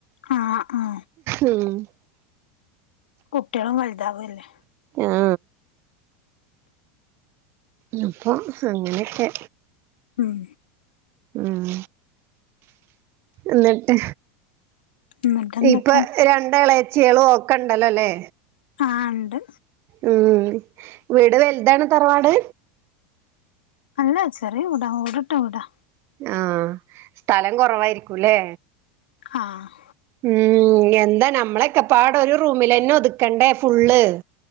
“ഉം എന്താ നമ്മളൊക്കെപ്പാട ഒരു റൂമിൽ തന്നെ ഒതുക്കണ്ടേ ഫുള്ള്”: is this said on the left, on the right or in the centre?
Right